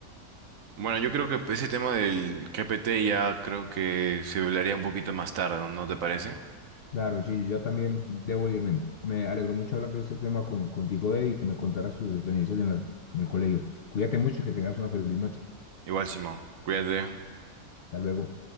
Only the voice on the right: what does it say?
Bueno, yo creo que ese tema del GPT ya creo que se hablaría un poquito más tarde, ¿no ¿No te parece?
Igual, Simón, cuídate.